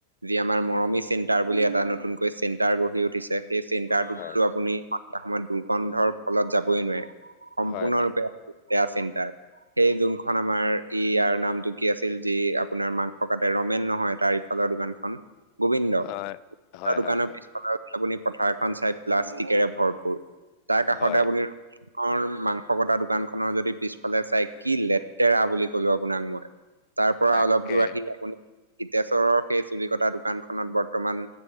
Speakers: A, on the right; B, on the left.
A: যি আমাৰ মৰমি চেণ্টাৰ বুলি এটা নতুনকৈ চেণ্টাৰ গঢ়ি উঠিছে। সেই চেণ্টাৰটোতো
B: হয়
A: আপুনি সময়ত দুৰ্গন্ধৰ ফলত যাবই নোৱাৰে, সম্পূৰ্ণৰূপে
B: হয় হয়
A: বেয়া চিন্তাৰ সেই যোনখন আমাৰ ই ইয়াৰ নামটো কি আছিল, যি আপোনাৰ মাংস কাট ৰমেন নহয় তাৰ ফালৰ দোকান খন, গোবিন্দ
B: অ হয়
A: দোকানৰ
B: হয় হয়
A: পিছ আপুনি পথাৰ এখন চাই প্লাষ্টিকেৰে ভৰপূুৰ, তাৰ কাষতে
B: হয়
A: আপুনি ঘৰৰ মাংস কটা দোকান খনৰ যদি পিছফালে চাই কি লেতেৰা বুলি কলো আপোনাক মই। তাৰপৰা
B: তাকে
A: অলপ দূৰ আহি আপুনি হিতেশ্বৰৰ সেই চুলি কটা দোকানখননত বৰ্তমান,